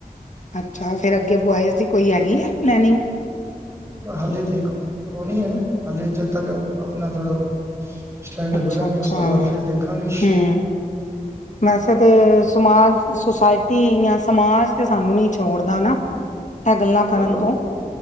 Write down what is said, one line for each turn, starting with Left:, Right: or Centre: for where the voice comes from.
Left: ਅੱਛਾ ਫੇਰ ਅੱਗੇ ਬੋਆਇਜ਼ ਦੀ ਕੋਈ ਹੈਗੀ ਏ ਪਲੈਨਿੰਗ?
Right: ਹਾਲੇ ਤੇ ਉਹ ਨ੍ਹੀਂ ਐ ਹਾਲੇ ਜਦ ਤੱਕ ਆਪਣਾ ਥੋੜਾ ਸਟੈਂਡ
Left: ਅੱਛਾ
Right: ਹੋਜਾਂਗੇ
Left: ਅੱਛਾ
Right: ਉਸ ਤੋਂ ਬਾਅਦ ਫਿਰ ਦੇਖਾਂਗੇ।
Left: ਹਮ ਵੈਸੇ ਤੇ ਸਮਾਜ ਸੁਸਾਇਟੀ ਜਾਂ ਸਮਾਜ ਤੇ ਸਾਨੂੰ ਨੀ ਛੋੜਦਾ ਨਾਂ। ਏ ਗੱਲਾਂ
Right: ਉਹ
Left: ਕਰਨ
Right: ਪਰ ਲੋ
Left: ਤੋਂ।